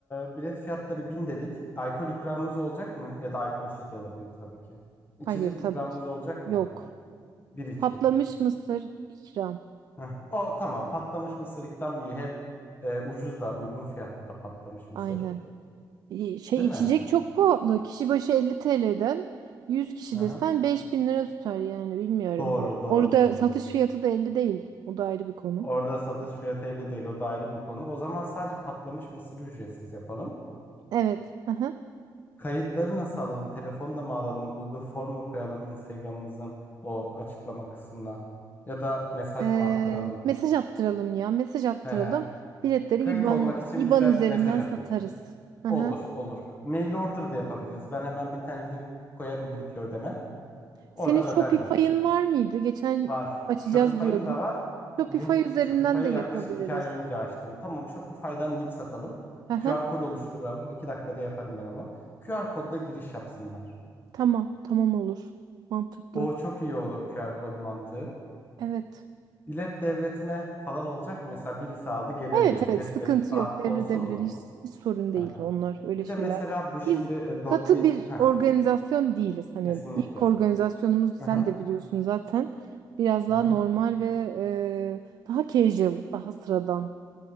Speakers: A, on the left (about 25°); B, on the right (about 55°).
A: e, bilet fiyatları 1000 dedik. Alkol ikramımız olacak mı? Ya da alkolsüz de olabilir tabii ki. İçecek
B: Hayır tabii
A: ikramımız
B: ki.
A: olacak
B: Yok.
A: mı? Bir içki.
B: Patlamış mısır ikram.
A: Heh. O tamam. Patlamış mısır ikram iyi. Hem e, ucuz da uygun fiyatlı da patlamış mısır.
B: Aynen. İ- Şey
A: Değil
B: içecek
A: mi?
B: çok pahalı. Kişi başı 50 TL'den 100 kişi
A: Hı
B: desen
A: hı.
B: 5000 lira tutar yani bilmiyorum.
A: Doğru doğru
B: Orada
A: söylüyorsun.
B: satış fiyatı da 50 değil. O da ayrı bir konu.
A: Orada satış fiyatıyla değil o da ayrı bir konu. O zaman sadece patlamış mısırı ücretsiz yapalım.
B: Evet. hı hı.
A: Kayıtları nasıl alalım? Telefonla mı alalım? Google Form mu koyalım Instagram'ımızın o açıklama kısmına? Ya da mesaj
B: Ee,
A: mı attıralım?
B: mesaj attıralım ya. Mesaj attıralım.
A: He he.
B: Biletleri
A: Kayıt
B: IBAN
A: olmak için
B: IBAN
A: bize
B: üzerinden
A: mesaj atın.
B: satarız. Hı
A: Olur
B: hı.
A: olur. Mail order da yapabiliriz. Ben hemen bir tane link koyarım linkli ödeme. Oradan
B: Senin Shopify'ın
A: öderler.
B: var mıydı? Geçen
A: Var.
B: açacağız
A: Shopify'ım
B: diyordun.
A: da var.
B: Shopify
A: Link
B: üzerinden
A: Shopify'ı
B: de yapabiliriz.
A: yaklaşık iki ay önce açtım. Tamam Shopify'dan link satalım.
B: Hı hı.
A: QR kod oluşturalım. O iki dakikada yaparım ben onu. QR kodla giriş yapsınlar.
B: Tamam, tamam olur. Mantıklı.
A: O çok iyi olur QR kod mantığı.
B: Evet.
A: Bilet devretme falan olacak mı? Mesela birisi aldı gelemiyor.
B: Evet
A: Bilet
B: evet sıkıntı
A: devretme
B: yok
A: hakkı
B: devredebilir
A: olsun mu?
B: hiç, hiç sorun değil
A: Hı hı.
B: onlar öyle
A: Bir
B: şeyler.
A: de mesela bu şimdi
B: Biz
A: e, Dogville.
B: katı bir
A: Heh,
B: organizasyon değiliz. Hani
A: kesinlikle.
B: ilk organizasyonumuz
A: Hı
B: sen
A: hı.
B: de biliyorsun zaten biraz daha
A: Hı hı.
B: normal ve e, daha casual daha sıradan